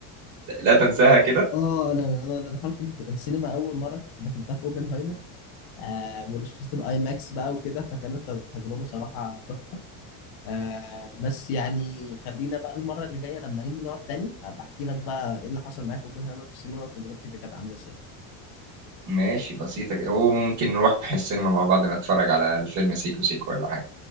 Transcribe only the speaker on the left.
اه انا انا دخلت السينما اول مره دخلتها في اوبنهايمر آه وشفت الاي ماكس بقى وكده فكانت تجربه صراحه تحفه آه بس يعني خلينا بقى المرة اللي جاية لما نيجي نقعد تاني هبقى احكي لك بقى ايه اللي حصل معايا في اوبنهايمر في السينما وتجربتي فيه كانت عاملة ازاي